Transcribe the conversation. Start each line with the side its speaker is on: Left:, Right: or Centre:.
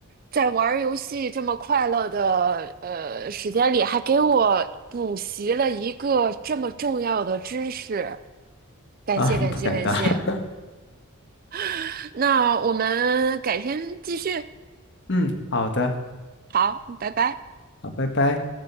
Right: 在玩儿游戏这么快乐的呃时间里，还给我补习了一个这么重要的知识，感谢感谢感谢。
Left: 啊，<laughs> 不敢当。<laughs>
Right: <laughs> 那我们改天继续，
Left: 嗯，好的，
Right: 好，拜拜。
Left: 好，拜拜。